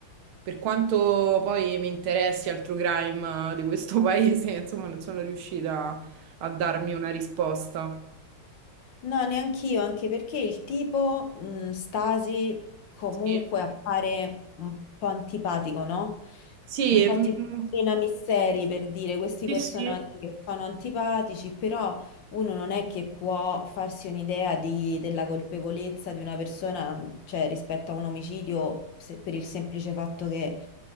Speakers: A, on the right (about 75°); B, on the left (about 65°).
A: per quanto poi mi interessi al true crime eh, di questo <laughs> paese, insomma, non sono riuscita a darmi una risposta.
B: No, neanch'io, anche perché il tipo mm, Stasi comunque
A: Sì,
B: appare un po' antipatico, no?
A: sì,
B: Un po'
A: mm,
B: tipo Marina Misteri per dire questi
A: sì,
B: personaggi
A: sì.
B: che sono antipatici, però uno non è che può farsi un'idea di- della colpevolezza di una persona, cioè rispetto a un omicidio, se- per il semplice fatto che